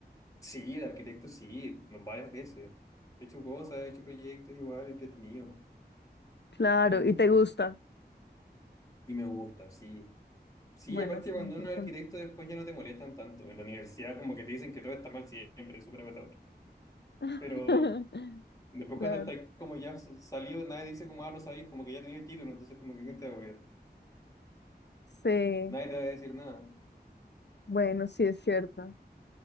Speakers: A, on the left (about 20°); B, on the left (about 80°).
A: sí, el arquitecto sí, varias veces. He hecho cosas, he hecho proyectos igual, entretenido.
B: Claro,
A: Es mucho.
B: y te gusta.
A: ¿no? Y me gusta, sí. Sí,
B: Bueno,
A: aparte
B: eso
A: cuando
B: es lo importante.
A: uno es arquitecto después ya no te molestan tanto. En la universidad como que te dicen que todo está mal siempre, es súper agotador.
B: <laughs>
A: Pero después cuando
B: Claro.
A: estás como ya s- salido, nadie dice como, ah, no sabéis, como que ya tenías el título, entonces como que ¿quién te va a apoyar?
B: Sí,
A: Nadie te va a decir nada.
B: bueno, sí es cierto.